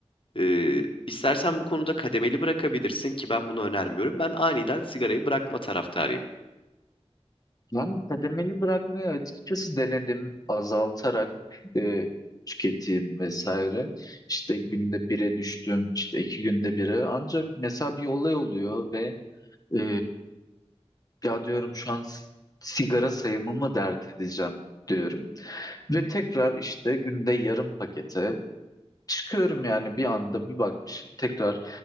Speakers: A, on the left; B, on the left.
A: e, istersen bu konuda kademeli bırakabilirsin ki ben bunu önermiyorum. Ben aniden sigarayı bırakma taraftarıyım.
B: Yani kademeli bırakmayı açıkçası denedim azaltarak e, tüketim vesaire. İşte günde bire düştüm, işte iki günde bire. Ancak mesela bir olay oluyor ve e, ya diyorum şu an s- sigara sayımı mı dert edeceğim diyorum. Ve tekrar işte günde yarım pakete Çıkıyorum yani bir anda bir bakmışım tekrar